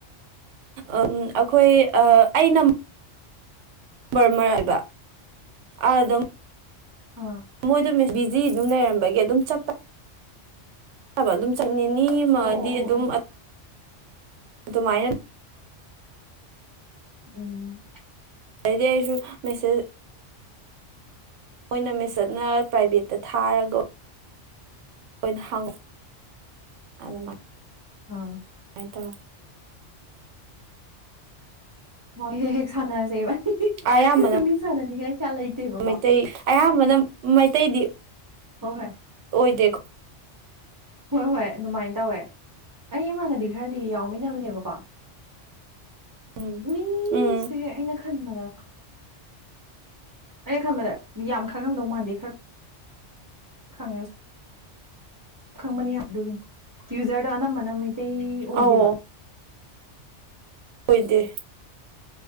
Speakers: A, on the right (about 80°); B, on the right (about 20°).
A: ꯑꯩꯈꯣꯏ ꯑꯩꯅ ꯃꯔ ꯑꯣꯏꯕ ꯑꯗꯨꯗ
B: ꯑꯥ
A: ꯃꯣꯏꯗ ꯕꯤꯖꯤ ꯑꯗꯨꯝ ꯂꯩꯔꯝꯕꯒꯤ ꯑꯗꯨꯝ ꯆꯠꯄ ꯆꯕ ꯑꯗꯨꯝ ꯆꯠ ꯅꯤ ꯑꯃꯗꯤꯗꯤ
B: ꯑꯣ ꯑꯣ ꯑꯣ
A: ꯑꯗꯨꯝ
B: ꯑꯣ
A: ꯑꯗꯨ ꯃꯥꯥꯏꯅ
B: ꯎꯝ
A: ꯑꯗꯨꯗꯤꯁꯨ ꯃꯦꯁꯦ ꯃꯣꯏꯅ ꯃꯤꯁꯠꯅ ꯄ꯭ꯔꯥꯏꯚꯦꯠꯇ ꯊꯥꯔꯒ ꯏꯅ ꯍꯪꯉ ꯑꯗꯨꯃꯥꯏꯅ
B: ꯑꯥ
A: ꯍꯥꯏ ꯇ
B: ꯍꯣꯏ ꯍꯦꯛ ꯍꯦꯛ ꯁꯥꯟꯅꯖꯩꯕꯥꯅꯤ
A: ꯑꯌꯥꯝꯕꯅ
B: ꯑꯩꯁꯨ ꯃꯤ ꯁꯥꯟꯅꯅꯤꯡꯉꯥꯏ ꯀꯌꯥ ꯂꯩꯇꯦꯕꯀꯣ
A: ꯃꯩꯇꯩ ꯑꯌꯥꯝꯕꯅ ꯃꯩꯇꯩꯗꯤ
B: ꯍꯣꯏ ꯍꯣꯏ
A: ꯑꯣꯏꯗꯦꯀꯣ
B: ꯍꯣꯏ ꯍꯣꯏ ꯑꯗꯨꯃꯥꯏꯅ ꯇꯧꯋꯦ ꯑꯩ ꯏꯃꯥꯟꯅꯕꯤ ꯈꯔꯗꯤ ꯌꯥꯎꯃꯤꯟꯅꯕꯅꯦꯕꯀꯣ
A: ꯎꯝ
B: ꯃꯤꯁꯦ
A: ꯎꯝ
B: ꯑꯩꯅ ꯈꯟꯕꯗ ꯑꯩꯅ ꯈꯟꯕꯗ ꯌꯥꯝ ꯈꯪꯉꯝꯗꯧ ꯃꯥꯟꯗꯦ ꯈꯔ ꯈꯪꯉ ꯈꯪꯕꯅꯤ ꯑꯗꯨꯒꯤꯅꯤ ꯌꯨꯖꯔꯗꯣ ꯑꯅꯝꯕ ꯑꯅꯩ ꯇꯩ ꯑꯣꯏꯗꯦꯕ
A: ꯑꯧ ꯑꯣꯏꯗꯦ